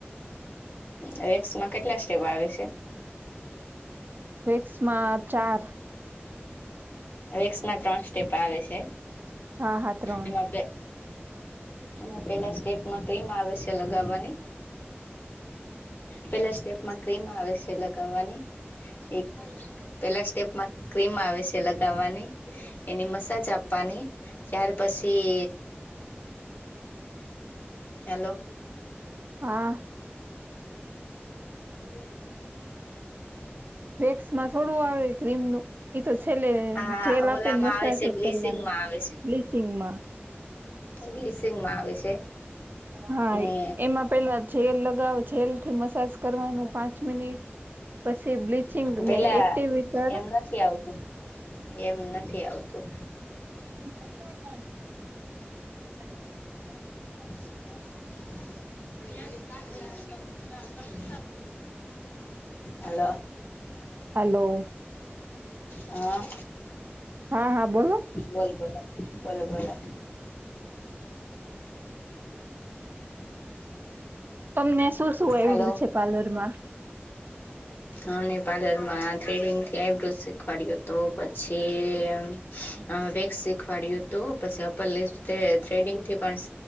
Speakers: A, on the left; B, on the right.
A: હ એક્સમાં કેટલા સ્ટેપ આવે છે <unintelligible>
B: વેક્સમાં ચાર
A: ક્સમાં ત્રણ સ્ટેપ આવે છે
B: હા હા ત્રણ
A: એમાં અને પેલા સ્ટેપમાં ક્રીમ આવે છે લગાવવાની પેલા સ્ટેપમાં ક્રીમ આવે છે લગાવવાની એક પેલા સ્ટેપમાં ક્રીમ આવે છે લગાવવાની એની મસાજ આપવાની ત્યાર પછી હેલો
B: હા
A: એલા એ <unintelligible>
B: વેક્સ માં થોડું આવે ક્રીમનું એ તો છેલ્લે
A: હા
B: જેલ આપેને
A: ઓલામાં
B: મસા
A: આવે છે બ્લીસિંગમાં
B: કરવાની
A: આવે
B: બ્લીચિંગમાં
A: બ્લસિંગ માં આવે છે
B: હા
A: ને
B: એમાં પેલા જેલ લગાવો જેલ થી મસાજ કરવાનું પાંચ મિનિટ પછી બ્લીચિંગ
A: પેલા
B: ને એક્ટિવટર
A: એમ નથી આવતું એમ નથી આવતું
B: <unintelligible>
A: <inaudible> હાલ
B: હલો
A: હા
B: હા હા બોલો
A: બોલ બોલો બોલો બોલો
B: તમને શું શું આવડું
A: હલો
B: છે પાર્લર માં <inaudible>
A: અમને પાર્લર માં થ્રેડિંગ થી આઈબ્રોઝ શીખવાડ્યો હતો પછી અ વેક્સ શીખવાડ્યું હતું પછી અપર લપ થ્રેડિંગ થી પણ